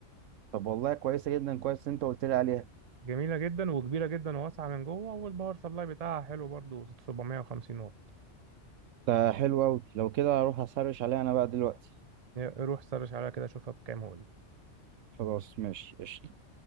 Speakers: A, on the right; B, on the right.
A: طب والله كويسه جدا كويس إن انت قلت لي عليها
B: جميلة جدا وكبيرة جدا وواسعة من جوه والباور سبلاي بتاعها حلو برضو 750 واط
A: ده حلو قوي لو كده هروح اسرش عليها انا بقى دلوقتي
B: روح سرش عليها كده شوفها بكام هو
A: خلاص ماشي قشطة